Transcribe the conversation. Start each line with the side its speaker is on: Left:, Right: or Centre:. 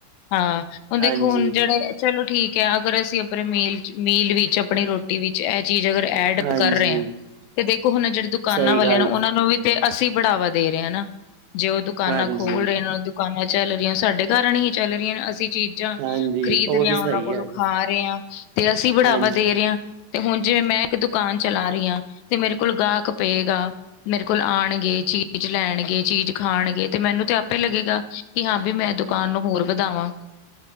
Left: ਹਾਂ, ਹੁਣ
Right: ਹਾਂਜੀ,
Left: ਦੇਖੋ, ਹੁਣ ਜਿਹੜੇ ਚਲੋ ਠੀਕ ਐ, ਅਗਰ ਅਸੀਂ ਆਪਣੇ ਮੇਲ, ਮੀਲ ਵਿੱਚ ਆਪਣੀ ਰੋਟੀ ਵਿੱਚ ਏ ਚੀਜ਼ ਅਗਰ ਐਡ
Right: ਹਾਂਜੀ।
Left: ਕਰ ਰਹੇ ਆਂ ਤੇ ਦੇਖੋ ਹੁਣ ਜਿਹੜੇ ਦੁਕਾਨਾਂ
Right: ਸਹੀ
Left: ਵਾਲਿਆਂ
Right: ਗੱਲ
Left: ਨੂੰ, ਉਹਨਾਂ
Right: ਏ,
Left: ਨੂੰ ਵੀ ਤੇ ਅਸੀਂ ਬੜਾਵਾ ਦੇ ਰਹੇ ਆ ਨਾ। ਜੇ ਉਹ ਦੁਕਾਨਾਂ
Right: ਹਾਂਜੀ,
Left: ਖੋਲ ਰਹੇ ਨੇ, ਦੁਕਾਨਾਂ ਚੱਲ ਰਹੀਆਂ ਉਹ ਸਾਡੇ ਕਾਰਨ ਹੀ ਚੱਲ ਰਹੀਆਂ ਨੇ, ਅਸੀਂ ਚੀਜ਼ ਚੀਜ਼ਾਂ
Right: ਹਾਂਜੀ
Left: ਖ਼ਰੀਦ
Right: ਉਹ
Left: ਰਿਹੇ
Right: ਵੀ
Left: ਆ
Right: ਸਹੀ
Left: ਉਹਨਾਂ ਕੋਲੋਂ
Right: ਹੈਗੀ।
Left: ਖਾ ਰਹੇ ਆਂ, ਤੇ ਅਸੀ ਬੜਾਵਾ
Right: ਹਾਂਜੀ,
Left: ਦੇ ਰਹੇ ਆਂ। ਤੇ ਹੁਣ ਜਿਵੇਂ ਮੈਂ ਇੱਕ ਦੁਕਾਨ ਚਲਾ ਰਹੀ ਆਂ, ਤੇ ਮੇਰੇ ਕੋਲ ਗਾਹਕ ਪਏਗਾ ਮੇਰੇ ਕੋਲ ਆਣਗੇ, ਚੀਜ਼ ਲੈਣਗੇ, ਚੀਜ਼ ਖਾਣਗੇ, ਤੇ ਮੈਨੂੰ ਤੇ ਆਪੇ ਲਗੇਗਾ ਕਿ ਹਾਂ, ਵੀ ਮੈਂ ਦੁਕਾਨ ਨੂੰ ਹੋਰ ਵਧਾਵਾਂ।